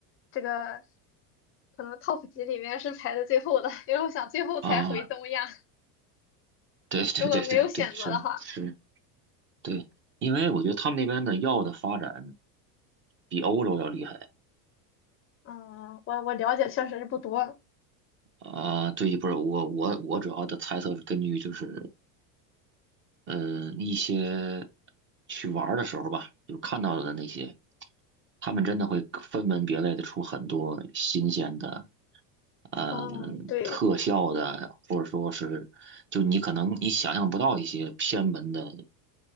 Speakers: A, on the left; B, on the right.
A: 这个可能 top 级里面是排在最后的，因为我想最后才回东亚，
B: 啊，对对对对对，
A: 如果没有选择的话，
B: 是是，对，因为我觉得他们那边的药的发展比欧洲要厉害
A: 嗯，我我了解确实是不多，
B: 啊。对，不是我我我主要的猜测是根据就是嗯，一些去玩儿的时候吧，就看到的那些，他们真的会分门别类的出很多新鲜的，嗯，
A: 嗯，对
B: 特效的，或者说是，就你可能你想象不到一些偏门的